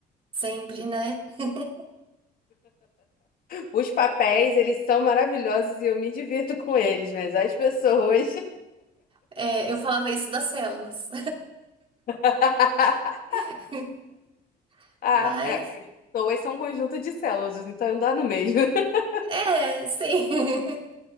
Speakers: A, on the right; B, on the left.
A: Sempre, né? <laughs>
B: Os papéis, eles são maravilhosos e eu me divirto com eles, mas as pessoas.
A: É, eu falava isso das células.
B: <laughs>
A: <laughs>
B: Ah,
A: Mas,
B: é, que pessoas são um conjunto de células, então dá no mesmo. <laughs>
A: é, sim. <laughs>